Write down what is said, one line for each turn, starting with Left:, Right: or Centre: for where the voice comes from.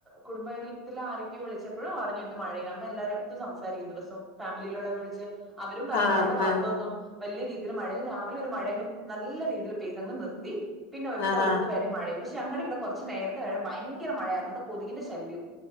Centre: കുടുംബത്തില ആരൊക്കെയോ വിളിച്ചപ്പോഴും അറിഞ്ഞു ഇന്ന് മഴയില് അമ്മ എല്ലാരു എന്നും സംസാരിക്ണ്ട് ദിവസം ഫാമിലിയിലുള്ളവരെ വിളിച്ച്. അവരും പറഞ്ഞു
Left: ആഹ്
Centre: അവരുടെ ഭാഗത്തൊന്നും
Left: ആഹ്
Centre: വല്ലിയ രീതിയിൽ മഴ രാവിലെ ഒരു മഴ നല്ല രീതിയിൽ പെയ്തങ്ങ് നിർത്തി പിന്നെ ഇപ്പോ
Left: ആഹ്
Centre: ഇത്
Left: ആഹ്
Centre: വരെ മഴയില്ല പക്ഷെ ഞങ്ങളിവിടെ കൊറച്ച് നേരത്തെ ഭയങ്കര മഴയായിരുന്നു ഇവിടെ കൊതുകിന്റെ ശല്യവും